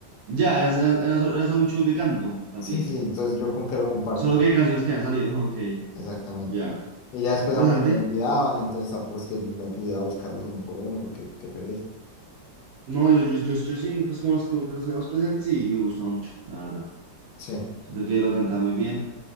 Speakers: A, on the right; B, on the left.
A: Ya, era, era- era solo, era solo un show de canto para
B: Sí,
A: ti.
B: sí, entonces yo con qué lo comparo,
A: Solo
B: pues,
A: que canciones que han salido. <laughs> Ok,
B: exactamente.
A: ya.
B: Y ya después
A: Interesante.
B: a uno se lo olvidaban, entonces tampoco es que me pudiera buscarlos uno por uno, porque qué pereza.
A: No, yo, yo, yo, yo sí, pues como los que como que los tenemos presentes y, y me gustaba mucho, la verdad.
B: Sí, es
A: Siento que lo cantaba muy bien.